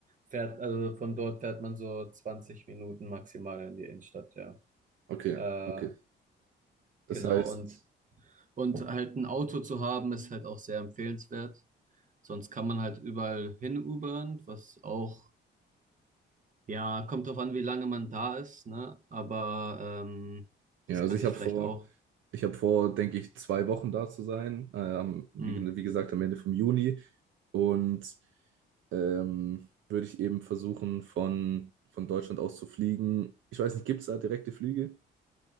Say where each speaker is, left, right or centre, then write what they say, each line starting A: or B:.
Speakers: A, on the right (about 40°); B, on the right (about 75°).
A: fährt, also von dort fährt man so 20 Minuten maximal in die Innenstadt, ja.
B: Okay,
A: Äh,
B: okay. Das
A: genau.
B: heißt,
A: Und, und halt ein Auto zu haben, ist halt auch sehr empfehlenswert. Sonst kann man halt überall hin Ubern, was auch, ja, kommt drauf an, wie lange man da ist, ne? Aber ähm, das
B: Ja, also
A: kann
B: ich
A: sich
B: habe
A: vielleicht
B: vor,
A: auch.
B: ich habe vor, denke ich, zwei Wochen da zu sein, äh, am, wie,
A: Mh.
B: wie gesagt, am Ende vom Juni. Und ähm, würde ich eben versuchen, von, von Deutschland aus zu fliegen. Ich weiß nicht, gibt es da direkte Flüge?